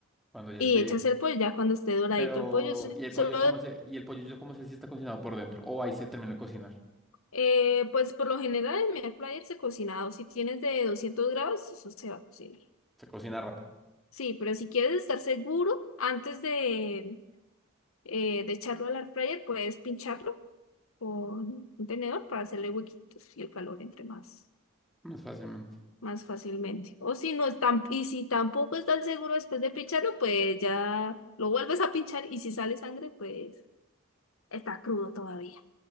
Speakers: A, in the centre; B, on the left (about 80°).
A: cuando ya
B: Y
A: esté.
B: echas el pollo, ya cuando esté doradito
A: Pero,
B: el pollo, s-
A: ¿y el
B: solo,
A: pollo cómo se, y el pollo yo cómo sé si está cocinado por dentro? O ahí se termina de cocinar.
B: eh, pues por lo general en mi air fryer se cocina, o si tienes de 200 grados, eso se va a cocinar.
A: Se cocina rápido,
B: Sí, pero si quieres estar seguro, antes de, eh, de echarlo al air fryer, puedes pincharlo con un tenedor para hacerle huequitos y el calor entre más.
A: más fácilmente.
B: más fácilmente. O si no están, y si tampoco estás seguro después de pincharlo, pues ya lo vuelves a pinchar y si sale sangre, pues está crudo todavía.